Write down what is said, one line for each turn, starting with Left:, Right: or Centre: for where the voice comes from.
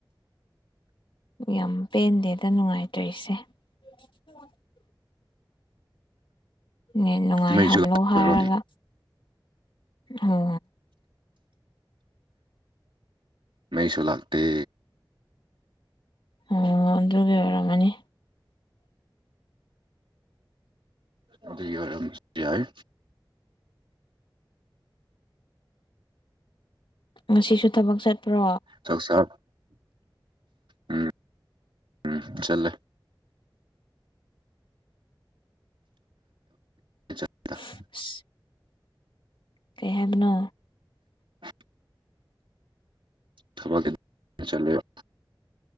Left: ꯌꯥꯝ ꯄꯦꯟꯗꯦꯗ ꯅꯨꯡꯉꯥꯏꯇꯣꯏꯁꯦ <unintelligible> <inaudible> ꯅ ꯅꯨꯡꯉꯥꯏꯍꯜꯂꯣ
Right: ꯃꯩꯁꯨ ꯑꯩꯈꯣꯏꯔꯣꯝꯗꯤ
Left: ꯍꯥꯏꯔꯒ ꯑꯣ
Right: ꯃꯁꯨ ꯂꯥꯛꯇ
Left: ꯑꯣ ꯑꯗꯨꯒꯤ ꯑꯣꯏꯔꯝꯃꯅꯤ
Right: ꯑꯗꯨꯔ ꯌꯥꯏ
Left: ꯉꯁꯤꯁꯨ ꯊꯕꯛ ꯆꯠꯄ꯭ꯔꯣ
Right: ꯆ ꯁꯥ ꯎꯝ ꯎꯝ ꯆꯂꯦ ꯆ <unintelligible>
Left: ꯑꯁ
Right: <inaudible>
Left: ꯀꯩ ꯍꯥꯏꯕꯅꯣ
Right: <unintelligible> <inaudible> ꯊ ꯆꯂꯦ <unintelligible> <inaudible>